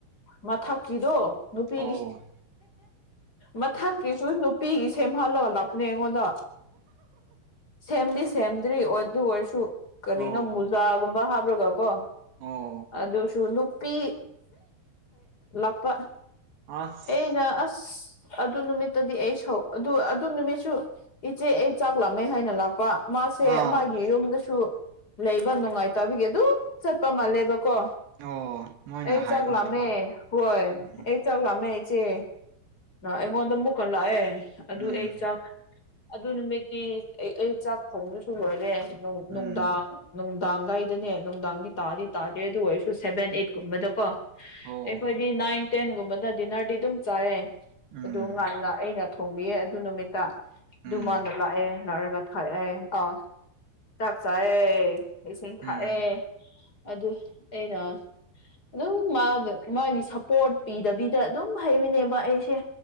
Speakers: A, on the left; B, on the right.
A: ꯃꯊꯛꯀꯤꯗꯣ ꯅꯨꯄꯤꯒꯤ
B: ꯑꯣ
A: ꯃꯊꯛꯀꯤꯁꯨ ꯅꯨꯄꯤꯒꯤ ꯁꯦꯝꯍꯜꯂꯒ ꯂꯥꯛꯄꯅꯦ ꯑꯩꯉꯣꯟꯗ ꯁꯦꯝꯗꯤ ꯁꯦꯝꯗ꯭ꯔꯤ ꯑꯣꯏ ꯑꯣꯏꯔꯁꯨ ꯀꯔꯤꯅꯣ
B: ꯑꯣ
A: ꯃꯨꯖꯥꯒꯨꯝꯕ ꯍꯥꯞꯕ꯭ꯔꯒ ꯀꯣ
B: ꯑꯣ
A: ꯑꯗꯨꯁꯨ ꯅꯨꯄꯤ ꯂꯥꯛꯄ
B: ꯑꯁ
A: ꯑꯩꯩꯅ ꯑꯁ ꯑꯗꯨ ꯅꯨꯃꯤꯠꯇꯗꯤ ꯑꯩ ꯁꯧ ꯑꯗꯨ ꯑꯗꯨ ꯅꯨꯃꯤꯠꯁꯨ ꯏꯆꯦ ꯑꯩ ꯆꯥꯛ ꯂꯥꯃꯦ ꯍꯥꯏꯅ ꯂꯥꯛꯄ ꯃꯥꯁꯦ
B: ꯑꯥ
A: ꯃꯥꯒꯤ ꯌꯨꯝꯗꯁꯨ ꯂꯩꯕ ꯅꯨꯡꯉꯥꯏꯇꯕꯒꯤ ꯑꯗꯨꯝ ꯆꯠꯄ ꯃꯥꯜꯂꯦꯕꯀꯣ
B: ꯑꯣ ꯃꯣꯏꯅ
A: ꯑꯦ
B: ꯍꯥꯏꯕꯒꯤꯀꯣ
A: ꯆꯒꯂꯝꯃꯦ ꯍꯣꯏ
B: ꯎꯝ
A: ꯑꯩ ꯆꯥꯛ ꯂꯥꯛꯑꯃꯦ ꯏꯆꯦ ꯑꯩꯉꯣꯟꯗ ꯃꯨꯛ ꯀꯟ ꯂꯥꯛꯑꯦ ꯑꯗꯨ
B: ꯎꯝ
A: ꯑꯩ ꯆꯥꯛ ꯑꯗꯨ ꯅꯨꯃꯤꯠꯇꯤ ꯑꯩ ꯑꯩ ꯆꯥꯛ ꯊꯣꯡꯅꯁꯨ ꯂꯣꯏꯔꯦ
B: ꯎꯝ
A: ꯅꯨꯡꯗꯥꯡ ꯅꯨꯡꯗꯥꯡꯒꯥꯏꯗꯅꯦ ꯅꯨꯡꯗꯥꯡꯗꯤ ꯇꯥꯗꯤ ꯇꯥꯗꯦ ꯑꯗꯨ ꯑꯣꯏꯔꯁꯨ ꯁꯦꯚꯦꯟ ꯑꯩ ꯒꯨꯝꯕꯗꯀꯣ
B: ꯑꯣ
A: ꯑꯩꯈꯣꯏꯗꯤ ꯅꯥꯏꯟ ꯇꯦꯟꯒꯨꯝꯕꯅ ꯗꯤꯅꯔꯗꯤ ꯑꯗꯨꯝ ꯆꯥꯏꯌꯦ
B: ꯎꯝ
A: ꯨꯉꯗ ꯑꯩꯅ ꯊꯣꯡꯕꯤꯌꯦ ꯑꯗꯨ ꯅꯨꯃꯤꯠꯇ ꯑꯗꯨꯃꯅ
B: ꯎꯝ
A: ꯂꯥꯛꯑꯦ ꯂꯥꯛꯔꯒ ꯊꯥꯛꯑꯦ ꯑꯥꯎ ꯆꯥꯛ ꯆꯥꯑꯦ ꯏꯁꯤꯡ ꯊꯥꯛꯑꯦ
B: ꯎꯝ
A: ꯑꯗꯨ ꯑꯩꯅ ꯑꯗꯨꯝ ꯃꯥꯒ ꯃꯥꯒꯤ ꯁꯞꯄꯣꯔꯠ ꯄꯤꯗꯕꯤꯗ ꯑꯗꯨꯝ ꯍꯩꯕꯅꯦꯕ ꯑꯩꯁꯦ